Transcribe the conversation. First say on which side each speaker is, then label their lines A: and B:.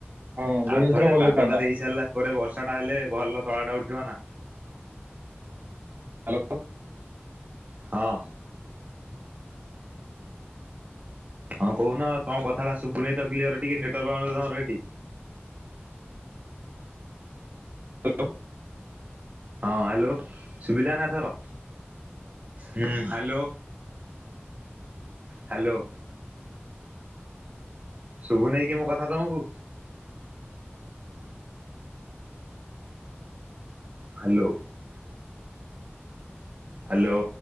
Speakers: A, on the right; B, on the right.
A: ହଁ ବୁଣିଦେଇଥିଲେ
B: ଆଉ ଥରେ
A: ଭଲ
B: ପାଗଟା
A: ହେଇଥାନ୍ତା।
B: ଦେଇ ସାରିଲା ପରେ ବର୍ଷାଟା ହେଲେ ଭଲ ତଳାଟା ଉଠିବ ନା।
A: ହ୍ୟାଲୋ।
B: ହଁ। ହଁ, କହୁନ ତମ କଥାଟା ଶୁଭୁନେଇ ତ କ୍ଲିୟର ଟିକେ ନେଟୱାର୍କ ପାଉନଥିଲା ତମର ସେଠି।
A: ହେଲୋ।
B: ହଁ ହ୍ୟାଲୋ ସୁଭିଲା ନା ଏଥର, ହୁଁ ହ୍ୟାଲୋ। ହ୍ୟାଲୋ। ଶୁଭୁ ନେଇକି ମୋ କଥା ତମକୁ? ହ୍ୟାଲୋ। ହ୍ୟାଲୋ।